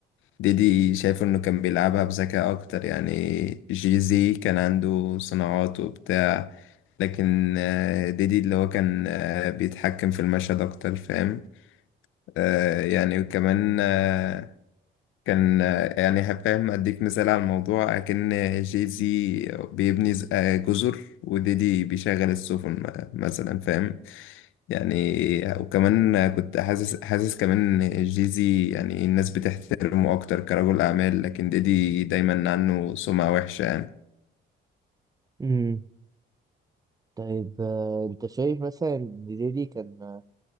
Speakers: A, on the left; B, on the right.
A: ديدي شايف انه كان بيلعبها بذكاء اكتر يعني جيزي كان عنده صناعات وبتاع لكن آه، ديدي اللي هو كان آه، بيتحكم في المشهد اكتر فاهم آه، يعني وكمان آه، كان آه، يعني هفهم اديك مثال على الموضوع اكن جي زي بيبني ز- آه، جزر وديدي بيشغل السفن م- مثلا فاهم يعني وكمان كنت حاسس حاسس كمان إن جي زي يعني الناس بتحترمه اكتر كرجل اعمال لكن ديدي دايما عنه سمعة وحشة يعني
B: امم طيب آه، انت شايف مثلا ان ديدي كان